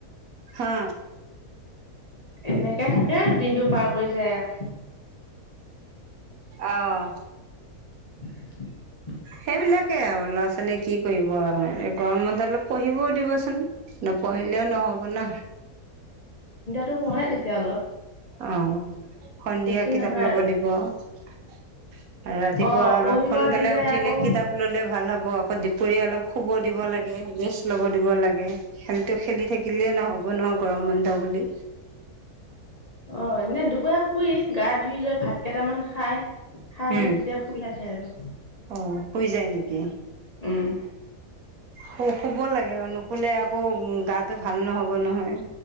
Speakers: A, on the right; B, on the left.
A: হা
B: এনেকে থাকে আৰু দিনতটো পাৰ কৰি যায় আও।
A: আহ
B: <unintelligible>
A: সেইবিলাকে আৰু ল'ৰা ছোৱালীয়ে কি কৰিব আৰু এই গৰম বন্ধত অলপ পঢ়িবও দিবচোন। নপঢ়িলেও নহব না।
B: টো পঢ়ে তেতিয়া অলপ
A: আহ সন্ধিয়া
B: বেছি
A: কিতাপ
B: নহয়
A: ল'ব
B: আৰু
A: দিব। আৰু ৰাতিপুৱা
B: অ
A: অলপ
B: পঢ়িব
A: সোনকালে
B: দিলে
A: উঠিলে
B: আকৌ
A: কিতাপ ললে ভাল হব। দুপৰীয়া অলপ শুব দিব লাগে ৰেষ্ট ল'ব দিব লাগে খেলটো খেলি থাকিলে নহ'ব নহয়। গৰম বন্ধ বুলি।
B: অ এনে দুপৰীয়া শুই গা ধুই লৈ ভাত কেইটামান খাই খাই
A: উম
B: মেলি তেতিয়া শুই থাকে। হে আৰু
A: অ শুই যায় নেকি?
B: উম
A: হু শুব লাগে। নুশুলে আকৌ গাটো ভাল নহ'ব নহয়